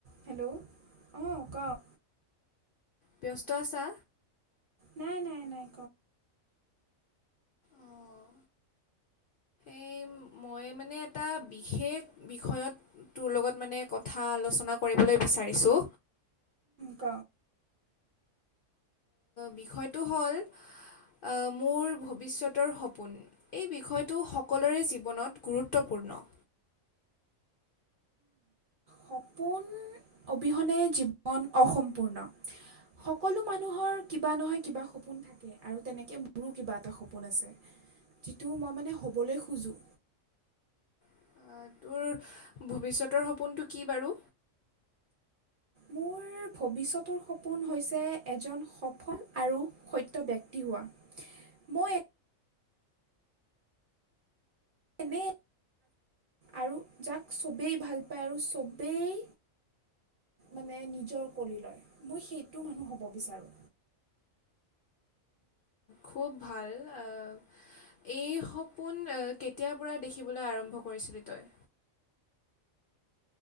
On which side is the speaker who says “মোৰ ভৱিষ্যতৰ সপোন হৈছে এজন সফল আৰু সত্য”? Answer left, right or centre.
Right